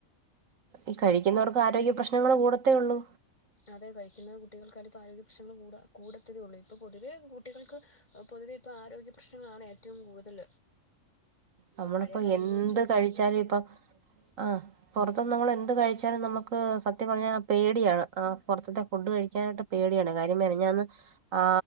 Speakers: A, on the right; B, on the left.
A: ഈ കഴിക്കുന്നവർക്ക് ആരോഗ്യ പ്രശ്നങ്ങൾ കൂടത്തേ ഉള്ളൂ.
B: അതെ കഴിക്കുന്ന കുട്ടികൾക്കാല ഇപ്പോ ആരോഗ്യ പ്രശ്നങ്ങൾ കൂ കൂടത്തതേ ഉള്ളൂ ഇപ്പൊ പൊതുവേ കുട്ടികൾക്ക്. പൊതുവെ ഇപ്പോ ആരോഗ്യ പ്രശ്നങ്ങളാണ് ഏറ്റവും കൂടുതൽ
A: നമ്മളിപ്പോ
B: പഴയ കാലങ്ങളിൽ
A: എന്ത്
B: വെച്ച് നോക്കുകയാണെങ്കിൽ
A: കഴിച്ചാലും ഇപ്പൊ ആഹ് പുറത്ത്ന്ന് നമ്മൾ എന്ത് കഴിച്ചാലും നമുക്ക് സത്യം പറഞ്ഞാൽ പേടിയാണ് ആ പുറത്തത്തെ ഫുഡ് കഴിക്കാനായിട്ട് പേടിയാണ് കാര്യം മിനിഞ്ഞാന്ന്. ആ